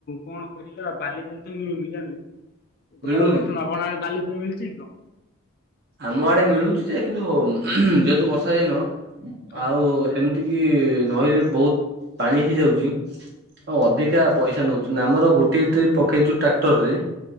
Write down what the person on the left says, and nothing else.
କଣ? କରିବାର ବାଲିଫାଲି ତ ମିଳୁନି ଜାଣିଲେ
ଘର ଫର ନବନା ଆଣେ ବାଲି ଫାଲି ମିଳୁଛି କଣ?
ଆଜ୍ଞା
ଆଜ୍ଞା